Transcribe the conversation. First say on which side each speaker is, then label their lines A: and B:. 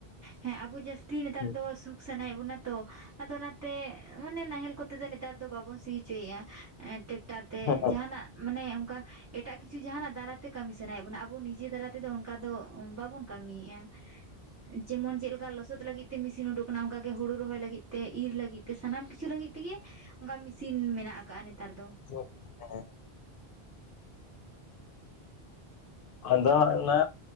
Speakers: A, on the right; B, on the left.
A: ᱦᱮᱸ ᱟᱵᱚ ᱡᱟᱹᱥᱛᱤ ᱱᱮᱛᱟᱨ
B: ᱦᱮᱸ
A: ᱫᱚ ᱥᱩᱠ ᱥᱟᱱᱟᱭᱮᱫ ᱵᱚᱱᱟ ᱛᱚ ᱟᱫᱚ ᱚᱱᱟ ᱛᱮ ᱢᱟᱱᱮ ᱱᱟᱦᱮᱞ ᱠᱚᱛᱮ ᱫᱚ ᱱᱮᱛᱟᱨ ᱫᱚ ᱵᱟᱵᱚᱱ ᱥᱤ ᱚᱪᱚᱭᱮᱫ-ᱟ ᱴᱮᱠᱴᱟᱨ ᱛᱮ
B: ᱦᱮᱸ
A: ᱡᱟᱦᱟᱱᱟᱜ ᱢᱟᱱᱮ ᱚᱱᱠᱟ ᱮᱴᱟᱜ ᱠᱤᱪᱷᱩ ᱡᱟᱦᱟᱸᱱᱟᱜ ᱫᱟᱨᱟᱭᱛᱮ ᱠᱟᱹᱢᱤ ᱥᱟᱱᱟᱭᱮᱫ ᱵᱚᱱᱟ ᱟᱵᱚ ᱱᱤᱡᱮ ᱫᱟᱨᱟᱭ ᱛᱮᱫᱚ ᱚᱱᱠᱟ ᱫᱚ ᱵᱟᱵᱚᱱ ᱠᱟᱹᱢᱤᱭᱮᱫ-ᱟ ᱡᱮᱢᱚᱱ ᱪᱮᱫ ᱚᱱᱠᱟ ᱞᱚᱥᱚᱫ ᱞᱟᱹᱜᱤᱫ ᱛᱮ ᱢᱮᱥᱤᱱ ᱩᱰᱩᱠ ᱠᱟᱱᱟ ᱚᱱᱠᱟ ᱜᱮ ᱦᱩᱲᱩ ᱨᱚᱦᱚᱭ ᱞᱟᱹᱜᱤᱫ ᱛᱮ ᱤᱨ ᱞᱟᱹᱜᱤᱫ ᱛᱮ ᱥᱟᱱᱟᱢ ᱠᱤᱪᱷᱩ ᱞᱟᱹᱜᱤᱫ ᱛᱮᱜᱮ ᱚᱱᱠᱟ ᱢᱮᱥᱤᱱ ᱢᱮᱱᱟᱜ ᱟᱠᱟᱜ ᱱᱮᱛᱟᱨ ᱫᱚ
B: <unintelligible> ᱟᱫᱚ ᱚᱱᱟ